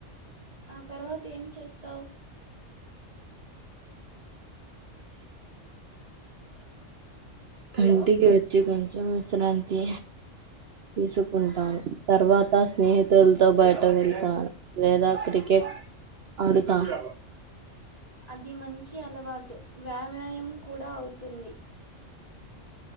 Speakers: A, on the right; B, on the right.
A: ఆ తర్వాత ఏం చేస్తావ్. హలో
B: ఇంటికి వచ్చి కొంచం విశ్రాంతి తీసుకుంటాను. తర్వాత స్నేహితులతో బయట వెళ్తాను. లేదా క్రికెట్ ఆడుతాను.
A: అది మంచి అల వాటు వ్యాయాయం కూడా అవుతుంది.